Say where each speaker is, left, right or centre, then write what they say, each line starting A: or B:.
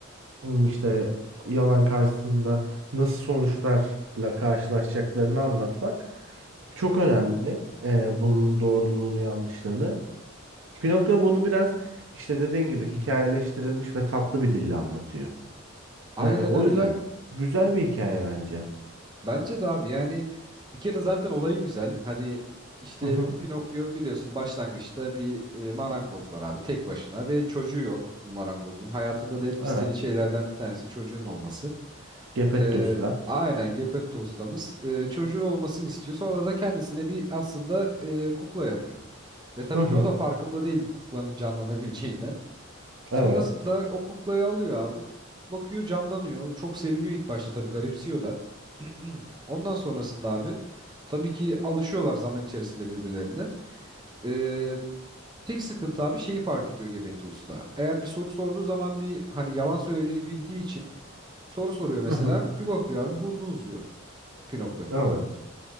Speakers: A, on the right; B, on the right.
A: hmm, işte yalan karşısında nasıl sonuçlarla karşılaşacaklarını anlatmak. Çok önemli e, bunun doğruluğunu yanlışlığını. Pinokyo bunu biraz işte dediğin gibi hikayeleştirilmiş ve tatlı bir dille anlatıyor.
B: Aynen
A: E, o
B: öyle.
A: yüzden güzel bir hikaye bence.
B: Bence de abi yani bir kere zaten olayı güzel. Hani işte
A: Hı hı,
B: Pinokyo biliyorsun başlangıçta bir e, marangoz var abi tek başına ve çocuğu yok bu marangozun. Hayatında da hep
A: evet.
B: istediği şeylerden bir tanesi çocuğun olması.
A: Geppetto'sta.
B: E, aynen Geppetto ustamız e, çocuğu olmasını istiyor. Sonra da kendisine bir aslında e, kukla yapıyor. Ve tabii
A: Hı hı,
B: ki o da farkında değil bu kuklanın canlanabileceğinden.
A: evet.
B: Sonrasında o kuklayı alıyor abi. Bakıyor canlanıyor. Çok seviniyor ilk başta tabii garipsiyor da. <clears throat> Hmm. Ondan sonrasında abi tabii ki alışıyorlar zaman içerisinde birbirlerine. Ee, tek sıkıntı abi şeyi fark ediyor Gebetli Usta. Eğer bir soru sorduğu zaman bir hani yalan söylediğini bildiği için soru soruyor mesela.
A: Hı hı,
B: Bir bakıyor abi burnu uzuyor Pinokyo'nun.
A: evet.